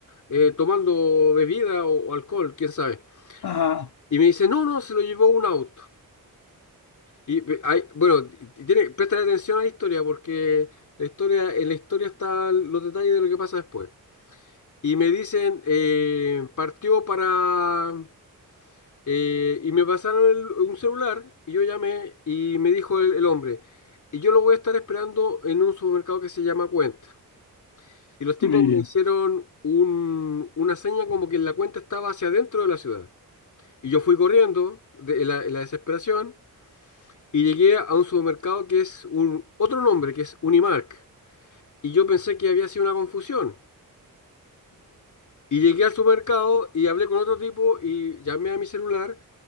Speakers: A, on the left; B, on the left.
A: eh, tomando bebida o o alcohol, quién sabe.
B: ajá,
A: Y me dice, no, no, se lo llevó un auto. Y ve- hay- bueno, t- tiene, presta atención a la historia porque la historia, en la historia están los detalles de lo que pasa después. Y me dicen, eh, partió para... eh, y me pasaron el- un celular y yo llamé y me dijo el, el hombre, y yo lo voy a estar esperando en un supermercado que se llama Cuenta. Y los tipos
B: muy
A: me
B: bien.
A: hicieron un- una seña como que la cuenta estaba hacia adentro de la ciudad. Y yo fui corriendo de en la en la desesperación. y llegué a un supermercado que es un, otro nombre, que es Unimark. Y yo pensé que había sido una confusión. Y llegué al supermercado y hablé con otro tipo y llamé a mi celular